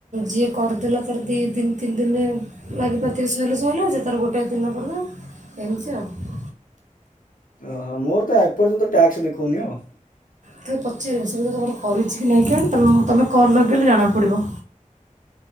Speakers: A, on the right; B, on the left.
A: ଯିଏ କରିଦେଲା ତାର ଦି ତିନି ତିନି ଦିନରେ ଲାଗିପାତିକି ସଇଲେ ସଇଲା ଯେ ତାର ଗୋଟେଏ ଦିନ କରିଦେଉ‌। ଏମତି ଆଉ।
B: ଓହୋ ମୋର ତ ଏପର୍ଯ୍ୟନ୍ତ ଟ୍ୟାକ୍ସ ଦେଖଉନି ଆଉ।
A: ଟିକେ ପଚାରିବେ ସେ ବି ତମରେ କରିଛି କି ନାଇଁ କେଜାଣି ତମେ ତମେ କଲ୍ ଲଗେଇଲେ ଜଣା ପଡ଼ିବ।